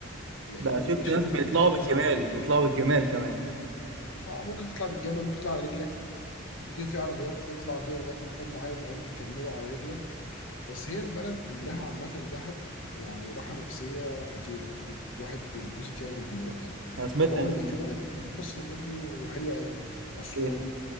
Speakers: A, on the left; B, on the right.
A: لان
B: ده شفت
A: مش
B: ناس
A: هينفع
B: بيطلعوا
A: تطلع وتنزل
B: بالجمال
A: على طول
B: بيطلعوا بالجمال كمان
A: اه ممكن تطلع بالجمل ممكن تطلع على رجلك ممكن في عربيات بتطلع كده لغايه مكان معين بعدين بتكمله على رجلك بس هي البلد كلها عامه دهب يعني راحه نفسيه خطيره بت- الواحد بيتبسط يعني لما يروح دهب
B: انا سمعت
A: طب اقول
B: إن-
A: لك في بلد في مصر برضو حلوه قوي اسوان
B: إيه؟